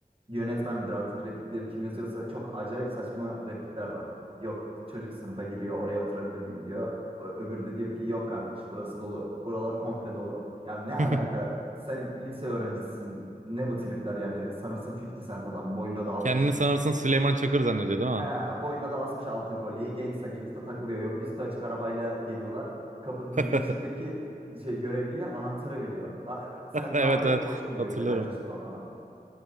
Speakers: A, on the right (about 35°); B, on the right (about 50°).
A: yönetmen midir artık replikleri kim yazıyorsa çok acayip saçma replikler var. Yok çocuk sınıfa giriyor oraya oturabilir miyim diyor. Ö- Öbürü de diyor ki yok kardeş burası dolu. Buralar komple dolu. Ya ne alaka?
B: <laughs>
A: Sen lise öğrencisisin. Ne bu tripler yani? Sanırsın 50 Cent adam boynuna da almış
B: Kendini sanırsın Süleyman Çakır zannediyor değil mi?
A: He, boynuna da asmış altın kolyeyi. Gangsta gangsta takılıyor. Yok üstü açık arabayla geliyorlar. Kapının girişindeki
B: <laughs>
A: şey görevliye anahtarı veriyor. "A- a- Sen
B: Evet
A: bunu hallet
B: evet
A: koçum diyor
B: hatırlarım.
A: bir de kaç yaşında adam.